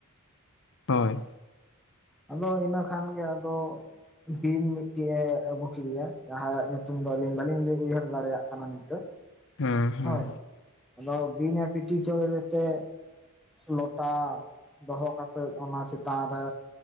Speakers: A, on the left; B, in the centre.
A: ᱦᱳᱭ᱾
B: ᱟᱫᱚ ᱤᱱᱟᱹ ᱠᱷᱟᱱ ᱜᱮ ᱟᱫᱚ ᱵᱤᱧ ᱢᱤᱫᱴᱮᱱ ᱮ ᱟᱹᱜᱩ ᱠᱮᱫᱮᱭᱟ ᱡᱟᱦᱟᱸᱭᱟᱜ ᱧᱩᱛᱩᱢ ᱫᱚ ᱟᱹᱞᱤᱧ ᱵᱟᱹᱞᱤᱧ ᱩᱭᱦᱟᱹᱨ ᱫᱟᱲᱮᱭᱟᱜ ᱠᱟᱱᱟ ᱱᱤᱛᱚᱜ᱾
A: ᱦᱩᱸ ᱦᱩᱸ᱾
B: ᱦᱳᱭ ᱟᱫᱚ ᱵᱤᱧ ᱮ ᱯᱤᱴᱤ ᱚᱪᱚ ᱠᱮᱫᱮ ᱛᱮ ᱞᱚᱴᱟ ᱫᱚᱦᱚ ᱠᱟᱛᱮᱜ ᱚᱱᱟ ᱪᱮᱛᱟᱱ ᱨᱮ